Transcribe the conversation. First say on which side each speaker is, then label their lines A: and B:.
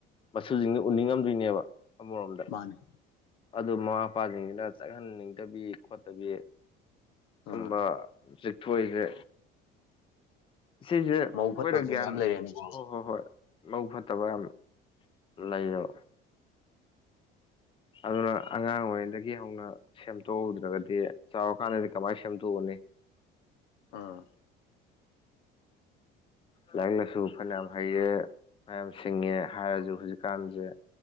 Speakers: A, on the left; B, on the left.
A: ꯃꯁꯨꯁꯤꯡꯅ ꯎꯅꯤꯡꯉꯝꯗꯣꯏꯅꯦꯕ ꯑꯃꯔꯣꯝꯗ
B: ꯃꯥꯅꯤ
A: ꯑꯗꯨ ꯃꯃꯥ ꯃꯄꯥꯁꯤꯡꯁꯤꯅ ꯆꯠꯍꯟꯅꯤꯡꯗꯕꯤ ꯈꯣꯠꯇꯕꯤ ꯁꯨꯝꯕ
B: ꯎꯝ
A: ꯎꯆꯖꯤꯦꯛꯊꯏꯁꯦ ꯁꯤꯁꯦ ꯑꯩꯈꯣꯏꯅ
B: ꯃꯧ ꯐꯠꯇꯕꯁꯨ
A: ꯒ꯭ꯌꯥꯟ
B: ꯃꯌꯥꯝ ꯂꯩꯔꯦꯅꯦꯀꯣ
A: ꯍꯣꯏ ꯍꯣꯏ ꯍꯣꯏ ꯃꯕꯨꯛ ꯐꯠꯇꯕ ꯌꯥꯝ ꯂꯩꯌꯦꯕ ꯑꯗꯨꯅ ꯑꯉꯥꯡ ꯑꯣꯏꯔꯤꯉꯩꯗꯒꯤ ꯍꯧꯅ ꯁꯦꯝꯗꯣꯛꯍꯧꯗ꯭ꯔꯒꯗꯤ ꯆꯥꯎꯔꯀꯥꯟꯗꯗꯤ ꯀꯃꯥꯏꯅ ꯁꯦꯝꯗꯣꯛꯑꯅꯤ
B: ꯑꯥ
A: ꯂꯥꯏꯔꯤꯛꯅꯁꯨ ꯐꯅꯌꯥꯝ ꯍꯩꯌꯦ ꯃꯌꯥꯝ ꯁꯤꯡꯉꯦ ꯍꯥꯏꯔꯁꯨ ꯍꯧꯖꯤꯛꯀꯥꯟꯁꯦ